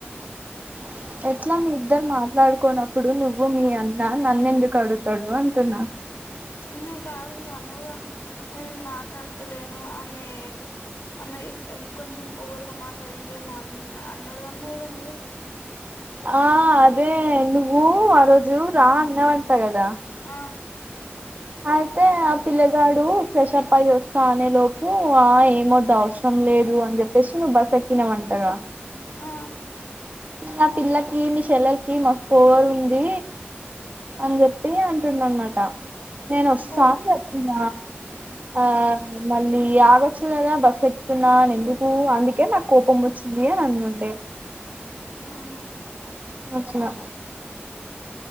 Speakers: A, on the right; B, on the left.
A: <inaudible> ఎట్లా మీ ఇద్దరు మాట్లాడుకోనప్పుడు నువ్వు మీ అన్న నన్ను ఎందుకు అడుగుతాడు అంటున్నా
B: ఊహు కాదు నువ్వు అన్నావుగా నేను మాట్లాడతలేను ఆమె ఆమె కొంచెం పొగరుగా మాట్లాడిందేమో అ అన్నాడు అన్నావుగా నువ్వే
A: ఆ అదే నువ్వు ఆ రోజు రా అన్నావంటా గాదా
B: ఆ
A: అయితే ఆ పిల్లగాడు ఫ్రెషప్యి వస్తా అనే లోపు ఆ ఏమొద్దు అవసరం లేదు అని చె ప్పేసి నువ్వు బస్సు ఎక్కినవంట కదా
B: ఆ
A: నా పిల్లకి మీ చెల్లెలకి మాస్ పోగరు ఉంది అని చెప్పి అ టున్నాడు అనమాట నేను
B: ఉమ్
A: వస్తా
B: పో
A: చెప్పిన ఆ మళ్ళీ ఆగొచ్చు కదా బస్ ఎతున్నాని ఎందుకు అందుకే నాకు కోపం వచ్చింది అని అన్నుండే
B: ఆహా
A: అట్లా